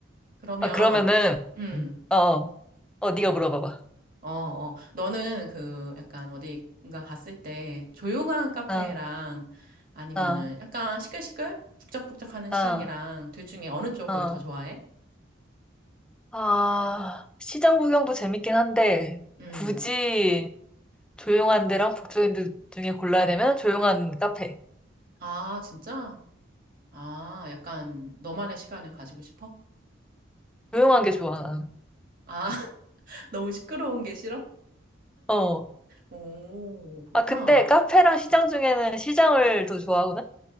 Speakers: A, on the right; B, in the centre.
A: 그러면,
B: 아, 그러면은,
A: 음,
B: 어, 어, 어, 네가 물어봐봐.
A: 어, 어. 너는 그 약간 어디가 갔을 때 조용한 카페랑
B: 아,
A: 아니면은
B: 아.
A: 약간 시끌시끌? 북적북적하는 시장이랑
B: 아,
A: 둘 중에 어느 쪽을
B: 아,
A: 더 좋아해?
B: 아, 시장 구경도 재밌긴 한데,
A: 음.
B: 굳이 조용한 데랑 북적인 데 중에 골라야 되면 조용한 카페.
A: 아, 진짜? 아, 약간 너만의 시간을 가지고 싶어?
B: 조용한 게 좋아, 나는.
A: 아, <laughs> 너무 시끄러운 게 싫어?
B: 어.
A: 오, 그렇구나.
B: 아, 근데 카페랑 시장 중에는 시장을 더 좋아하거든?